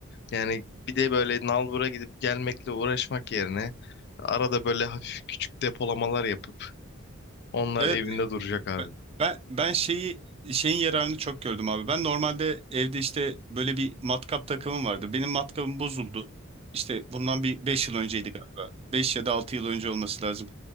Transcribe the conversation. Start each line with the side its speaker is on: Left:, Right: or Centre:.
Left: Yani bir de böyle nalbura gidip gelmekle uğraşmak yerine arada böyle hafif küçük depolamalar yapıp onlar
Right: Evet
Left: evinde duracak abi.
Right: ben ben ben şeyi şeyin yararını çok gördüm abi. Ben normalde evde işte böyle bir matkap takımım vardı. Benim matkabım bozuldu. İşte bundan bir 5 yıl önceydi galiba. 5 ya da 6 yıl önce olması lazım.